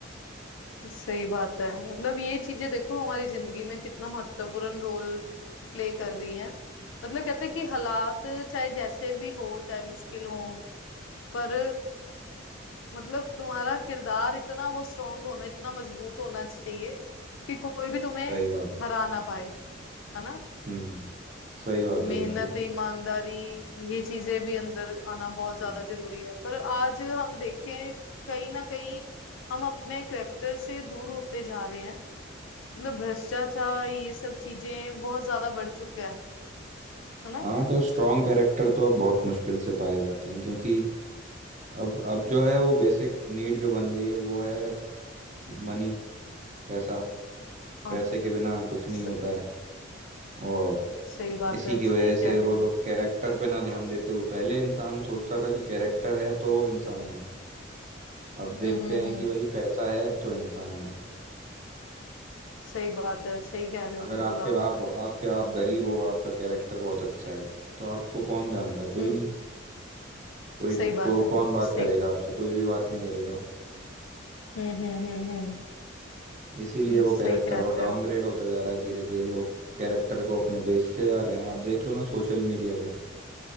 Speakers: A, on the left; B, on the right.
A: सही बात है मतलब ये चीजें देखो हमारी जिंदगी में कितना महत्वपूर्ण रोल प्ले कर रही हैं मतलब कहते हैं कि हालात चाहे जैसे भी हो चाहे मुश्किल हो पर मतलब तुम्हारा किरदार इतना वो स्ट्रांग होना इतना मजबूत होना चाहिए कि कोई भी तुम्हें
B: सही बात
A: हरा ना पाए है ना
B: हम्म सही बात है
A: मेहनत
B: बिल्कुल
A: ईमानदारी ये चीजें भी अंदर आना बहुत ज्यादा
B: हम्म।
A: जरूरी है पर आज हम देखें कहीं ना कहीं हम अपने करेक्टर से दूर होते जा रहे हैं मतलब भ्रष्टाचार ये सब चीजें बहुत ज्यादा बढ़ चुका है है ना
B: हाँ तो स्ट्रॉन्ग कैरेक्टर तो अब बहुत मुश्किल से पाए जाते हैं क्योंकि अब अब जो है वो बेसिक नीड जो बन गई है वो है मनी पैसा
A: हाँ
B: पैसे के बिना कुछ
A: स,
B: नहीं होता है और
A: सही बात
B: इसी
A: है
B: की वजह
A: सही कह
B: से
A: रहे
B: वो
A: हो
B: लोग कैरेक्टर पे ना ध्यान देते हुए पहले इंसान सोचता था कि कैरेक्टर है तो इंसान है अब
A: हम्म
B: देखते
A: हम्म
B: हैं
A: हम्म
B: कि भाई पैसा है तो इंसान है
A: सही बात है सही कह रहे हो
B: अगर
A: बिल्कुल
B: आपके
A: आप
B: आप आपके आप गरीब हो आपका कैरेक्टर बहुत अच्छा है तो आपको कौन जानता है कोई
A: हम्म
B: नहीं कोई
A: सही बात
B: को
A: है
B: कौन बात
A: सही
B: करेगा आपसे कोई भी बात नहीं करेगा
A: हम्म हम्म हम्म हम्म
B: इसीलिए
A: हम्म,
B: वो
A: सही
B: कैरेक्टर
A: कह रहे
B: और डाउनग्रेड
A: हो
B: होता जा रहा है धीरे धीरे लोग कैरेक्टर को अपने बेचते जा रहे हैं आप देख लो ना सोशल मीडिया पे